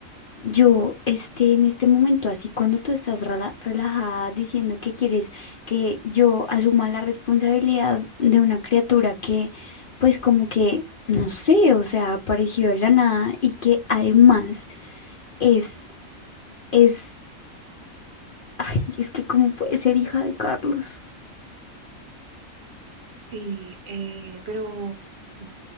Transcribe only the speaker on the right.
Sí, eh, pero mm,